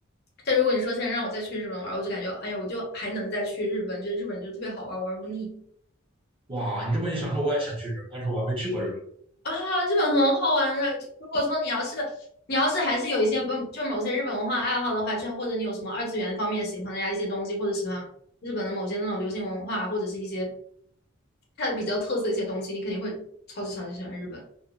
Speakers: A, on the left; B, on the right.
A: 但如果你说现在让我再去日本玩我就感觉，哎呀，我就还能再去日本，就日本就特别好玩玩不腻。
B: 哇，你这么一想说，我也想去日本，但是我还没去过日本。
A: 啊，日本很好玩的。就如果说你要是你要是还是有一些不就是某些日本文化爱好的话，就或者你有什么二次元方面喜欢的呀一些东西，或者喜欢日本的某些那种流行文化，或者是一些它的比较特色一些东西，你肯定会超级超级喜欢日本